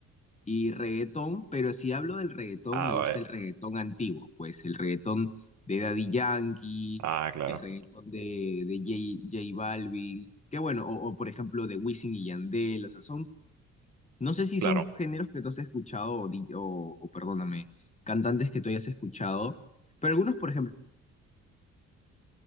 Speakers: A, on the left; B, on the right.
A: y reggaetón, pero si hablo del reggaetón,
B: Ah,
A: me
B: vaya.
A: gusta el reggaetón antiguo, pues el reggaetón de Daddy Yankee,
B: Ah, claro.
A: el reggaetón de, de J, J Balvin, que bueno, o, o por ejemplo de Wisin y Yandel, o sea, son, no sé si
B: Claro.
A: son géneros que tú has escuchado, o, di- o- o, perdóname, cantantes que tú hayas escuchado, pero algunos, por ejemplo,